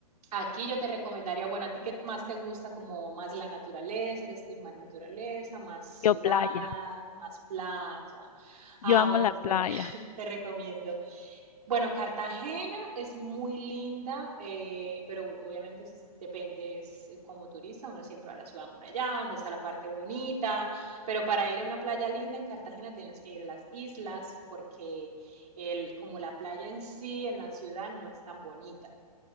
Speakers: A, on the right; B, on the left.
A: aquí yo te recomendaría, bueno, a ti qué más te gusta, como más la naturaleza, eres team más naturaleza, más ciudad,
B: yo playa.
A: más playa. Ah,
B: Yo amo
A: bueno,
B: la
A: entonces
B: playa.
A: te, re- <laughs> te recomiendo bueno, Cartagena es muy linda, eh, pero obviamente es- depende, es como turista, uno siempre va a la ciudad amurallada, donde está la parte bonita, pero para ir a una playa linda en Cartagena tienes que ir a las islas, porque el, como la playa en sí, en la ciudad, no es tan bonita.